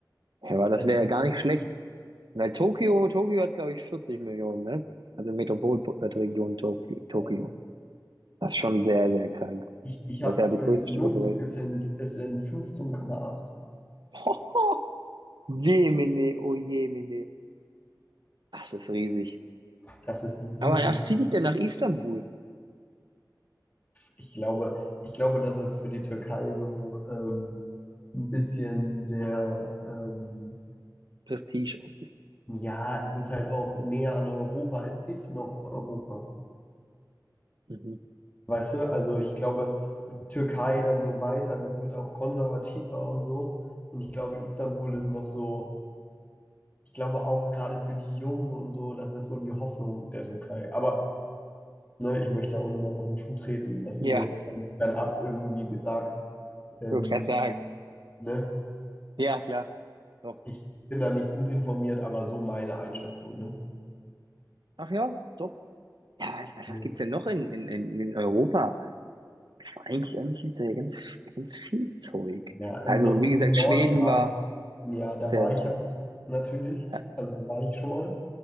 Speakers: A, on the right (about 80°); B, on the left (about 20°).
A: Ja, aber das
B: Ähm,
A: wäre ja gar nicht schlecht. Weil Tokio, Tokio hat, glaube ich, 40 Millionen, ne? Also Metropolregion Tokio, Tokio.
B: ja.
A: Das ist schon sehr, sehr krank.
B: Ich, ich
A: Das
B: habe
A: ist ja die größte
B: äh, gelogen,
A: Stadt der Welt.
B: es sind, es sind 15,8.
A: <laughs> Jemine, oh Jemine. Das ist riesig.
B: Das ist
A: Aber
B: wirklich.
A: das zieht dich dann nach Istanbul.
B: ich glaube, ich glaube, dass es für die Türkei so ähm, ein bisschen der, ähm,
A: Prestige Office.
B: ja, es ist halt auch näher an Europa. Es ist noch Europa.
A: Mhm.
B: Weißt du? Also ich glaube, Türkei dann so weiter, das wird auch konservativer und so. Und ich glaube, Istanbul ist noch so, ich glaube auch gerade für die Jungen und so, das ist so die Hoffnung der Türkei. Aber ne, ich möchte auch niemandem auf den Schuh treten. Das
A: Ja,
B: ist jetzt von fernab irgendwie gesagt. Ähm,
A: würde gerade sagen.
B: ne?
A: Ja, klar. Doch.
B: Ich bin da nicht gut informiert, aber so meine Einschätzung, ne?
A: Ach ja, doch. Ja, was, was,
B: Ne.
A: was gibt's denn noch in, in, in in Europa? Eigentlich, eigentlich gibt's da ja ganz, ganz viel Zeug.
B: Ja, im,
A: Also,
B: No-
A: wie
B: im
A: gesagt,
B: Norden
A: Schweden
B: war,
A: war
B: ja, da
A: sehr,
B: war
A: sehr
B: ich
A: schön.
B: halt natürlich.
A: Ja,
B: Also da war ich schon mal.